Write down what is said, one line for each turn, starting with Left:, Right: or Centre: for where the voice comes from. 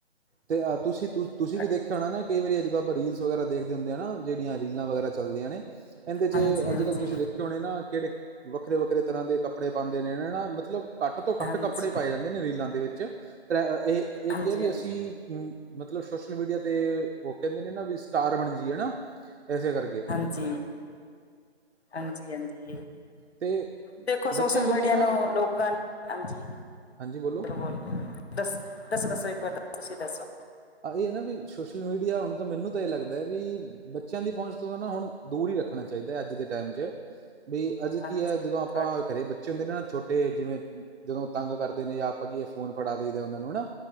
Right: ਤੇਹ ਤੁਸੀਂ ਤੁਂ ਤੁਸੀਂ
Left: ਤੁਹਾਡੀ
Right: ਵੀ ਦੇਖਿਆ ਹੋਣਾ ਨਾ, ਕਈ ਵਾਰੀ ਜਦੋਂ ਆਪਾਂ ਰੀਲਸ ਵਗੈਰਾ ਦੇਖਦੇ ਹੁੰਦੇ ਆ ਨਾ, ਜਿਹੜੀਆਂ ਰੀਲਾਂ ਵਗੈਰਾ ਚੱਲਦੀਆਂ ਨੇ ਇਹਦੇ 'ਚ
Left: ਹਾਂਜੀ ਹਾਂਜੀ
Right: ਅੱਜ ਕੱਲ੍ਹ ਤੁਸੀਂ ਦੇਖਿ ਹੋਣੇ ਨਾ, ਕਿਹੜੇ ਵੱਖਰੇ- ਵੱਖਰੇ ਤਰ੍ਹਾਂ ਦੇ ਕੱਪੜੇ ਪਾਉਂਦੇ ਨੇ ਨਾ ਮਤਲਬ ਘੱਟ ਤੋਂ ਘੱਟ
Left: ਹਾਂਜੀ
Right: ਕੱਪੜੇ ਪਾਏ ਜਾਂਦੇ ਨੇ, ਰੀਲਾਂ ਦੇ ਵਿੱਚ ਟ ਇਹ -ਇਹ
Left: ਹਾਂਜੀ
Right: ਕੀ ਹੈ ਵੀ
Left: ਹਾਂਜੀ
Right: ਅਸੀਂ ਅ ਮਤਲਬ ਸੋਸ਼ਲ ਮੀਡੀਆ ਤੇ ਉਹ ਕਹਿੰਦੇ ਨੇ ਨਾ, ਵੀ ਸਟਾਰ ਬਣ ਜਾਏਾ ਇਸੇ ਕਰਕੇ
Left: ਹਾਂਜੀ -ਹਾਂਜੀ
Right: ਤੇ
Left: ਦੇਖੋ
Right: ਬੱਚਿਆਂ
Left: ਸੋਸ਼ਲ
Right: ਤੋਂ
Left: ਮੀਡੀਆ
Right: ਤਾਂ ਨਾ
Left: ਨੂੰ ਲੋਕਾਂ, ਹਾਂਜੀ
Right: ਹਾਂਜੀ ਬੋਲੋ।
Left: ਬੋਲ ਦੱਸ, ਦੱਸੋ-ਦੱਸੋ ਇੱਕ ਵਾਰ ਦ ਤੁਸੀ ਦੱਸੋ
Right: ਇਹ ਨਾ ਵੀ ਸੋਸ਼ਲ ਮੀਡੀਆ ਹੁਣ ਤਾਂ ਮੈਨੂੰ ਤਾਂ ਇਹ ਲੱਗਦਾ ਵੀ ਬੱਚ ਬੱਚਿਆਂ ਦੀ ਪਹੁੰਚ ਤੋਂ ਤਾਂ ਹੁਣ ਦੂਰ ਹੀ ਰੱਖਣਾ ਚਾਹੀਦਾ ਹੈ ਅੱਜ ਦੇ ਟਾਈਮ ਚ ਬੀ ਅੱਜ
Left: ਹਾਂਜੀ
Right: ਕੀ ਹੈ ਜਦੋਂ ਆਪਾਂ
Left: ਤੁਹਾਡੀ
Right: ਕਰੇ ਬੱ ਚੇ ਹੁੰਦੇ ਨੇ ਛੋਟੇ ਜਿਵੇਂ ਜਦੋਂ ਤੰਗ ਕਰਦੇ ਨੇ ਜਾਂ ਆਪਾਂ ਕੀ ਇਹ ਫੋਨ ਫੜਾ ਦੇਦਾ ਉਹ ਨੂੰ ਹਨਾ